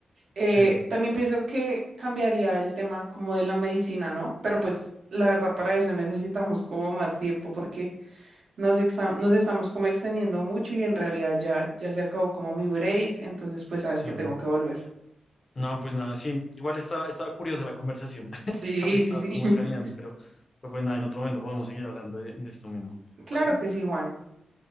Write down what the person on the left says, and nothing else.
Sí,
sí.
No, pues nada, sí. Igual estaba, estaba curiosa la conversación. <laughs>
Ya me estaba
como
encaminando, pero pero pues nada, en otro momento podemos seguir hablando de, de esto mismo. ¿Te
parece?